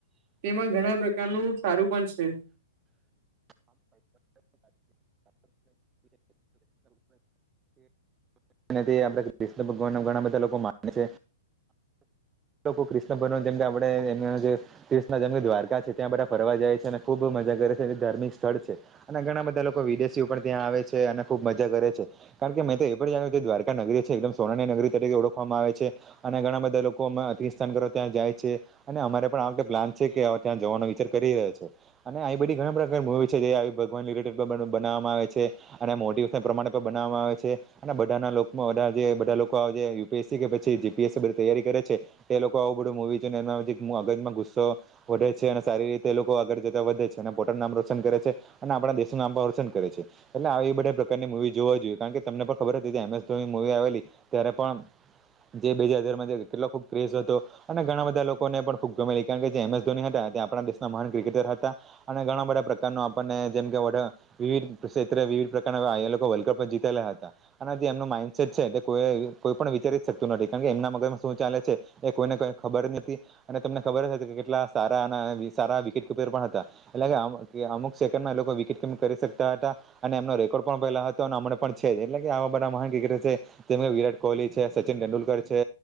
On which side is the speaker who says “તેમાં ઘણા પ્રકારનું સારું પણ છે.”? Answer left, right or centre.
Right